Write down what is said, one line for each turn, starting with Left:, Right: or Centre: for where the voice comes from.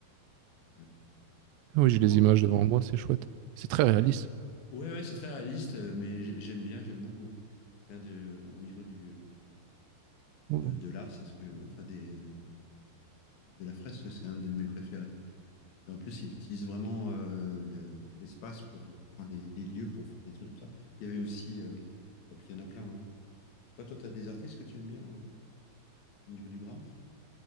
Left: Euh,
Right: Ah
Left: c'est
Right: oui, j'ai
Left: vraiment,
Right: les images devant moi, c'est chouette. C'est très réaliste.
Left: ouais, ouais, c'est très réaliste, euh, mais j'ai- j'aime bien, j'aime beaucoup. C'est un de, au niveau du,
Right: Oh.
Left: de, de l'art, c'est ce que, enfin, des, euh, de la fresque, c'est un de mes préférés. Et en plus, il utilise vraiment euh, le- l'espace pour, euh, enfin, les, les lieux pour faire des trucs comme ça. Il y avait aussi, euh, oh, puis il y en a plein, hein. Je sais pas, toi, t'as des artistes que tu aimes bien, hein au niveau du graphe.